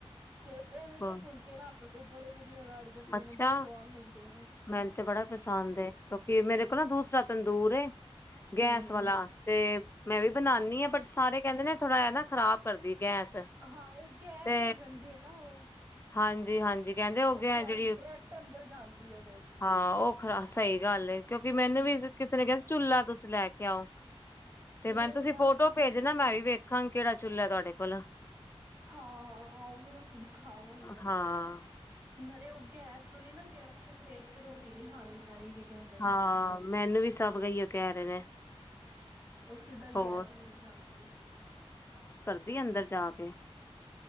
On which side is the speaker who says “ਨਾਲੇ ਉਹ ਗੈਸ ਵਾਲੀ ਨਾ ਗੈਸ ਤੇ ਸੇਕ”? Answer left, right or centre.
Right